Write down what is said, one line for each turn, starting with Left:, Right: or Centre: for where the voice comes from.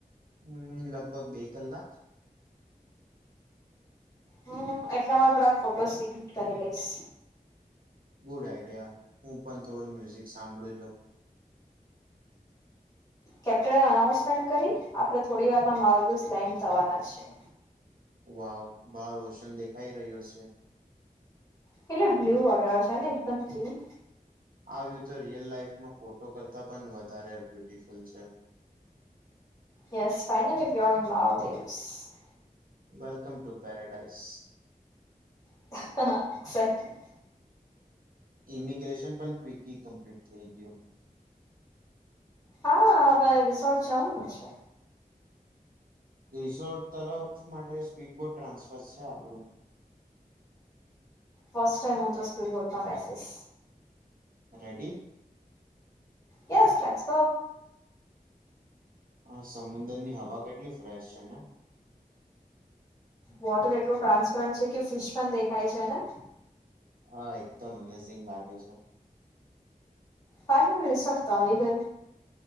Right: હમ્મ લગભગ બે કલાક
Left: હમ્મ એટલામાં થોડાક ફોટોસ એડિટ કરી લઈશ
Right: ગુડ આઈડિયા હું પણ થોડું મ્યુઝિક સાંભળી લઉ
Left: કેપ્ટને અનાઉન્સમેન્ટ કરી આપડણે થોડી વારમાં મિલડીશ લેન્ડ થવાના છીએ
Right: વાવ બાર રોશન દેખાઈ રહ્યો છે.
Left: એટલે બ્લુ વોટર હશે ને, એકદમ ક્લીન.
Right: આ તો રિયલ લાઈફમાં, ફોટો કરતા પણ વધારે બ્યુટફુલ છે.
Left: ય ફનલી ઇ માવ દેવસ <unintelligible>
Right: વેલકમ ટુ પેરાડઈસ.
Left: હ. <unintelligible>
Right: ઇમિગ્રેશન પણ ક્વિકલી કમ્પ્લીટ થઈ ગયું.
Left: હા, હવે રિસોર્ટ જવાનું છે.
Right: રિસોર્ટ તરફ માટે, સ્પીડ બોર્ટ ટ્રાન્સફર છે આપણું‌.
Left: ફસ્ટ ટાઈમ ઓ તો સ્પૂરપ બેસ.
Right: રેડી.
Left: એસ લસ.
Right: હા, સમુદ્ર ની હવા કેટલી ફ્રેશ છે ને.
Left: વોટર એટલું ટ્રાન્સપરન્ટ છે કે, ફિશ પણ દેખાય છે ને.
Right: હા, એકદમ અમેઝિંગ લાગે છે.
Left: પા રસટતો આવી ગ <unintelligible>